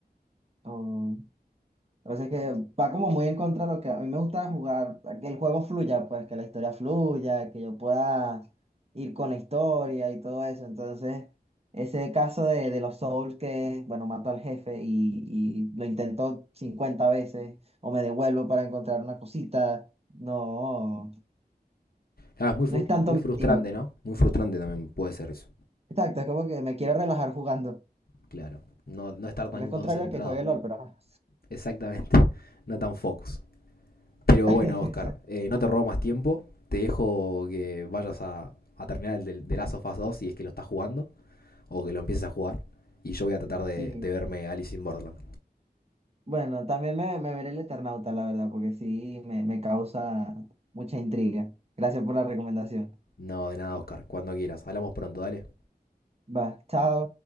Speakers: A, on the right; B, on the left.
A: No, O sea, es que va como muy en contra de lo que a mí me gusta jugar, que el juego fluya, pues que la historia fluya, que yo pueda ir con la historia y todo eso. Entonces, ese caso de, de los Souls que, bueno, mato al jefe y, y lo intento 50 veces o me devuelvo para encontrar una cosita, no,
B: Ah, es muy, fru-
A: no es tanto
B: muy
A: mi
B: frustrante,
A: estilo.
B: ¿no? Muy frustrante también puede ser eso,
A: Exacto, es como que me quiero relajar jugando,
B: claro. No, no estar tan
A: aunque es contrario
B: concentrado,
A: a que juegue LOL, pero ajá.
B: exactamente, <laughs> no tan focus. Pero
A: <laughs>
B: bueno, Oscar,
A: Exacto,
B: eh, no te robo más tiempo. Te dejo que vayas a, a terminar el del- de Last of Us 2 si es que lo estás jugando o que lo empieces a jugar. Y yo voy a tratar de,
A: Sí.
B: de verme Alice in Borderland.
A: Bueno, también me, me veré el Eternauta, la verdad, porque sí me, me causa mucha intriga. Gracias por la recomendación.
B: No, de nada, Oscar. Cuando quieras. Hablamos pronto, dale.
A: Va, chao.